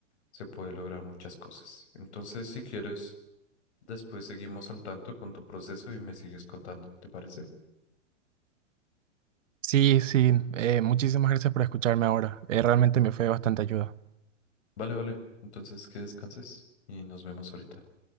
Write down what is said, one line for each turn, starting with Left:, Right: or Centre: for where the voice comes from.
Left: se puede lograr muchas cosas. Entonces, si quieres, después seguimos al tanto con tu proceso y me sigues contando, ¿te parece?
Right: Sí, sí, eh, muchísimas gracias por escucharme ahora. Eh, realmente me fue de bastante ayuda.
Left: Vale, vale. Entonces, que descanses y nos vemos ahorita.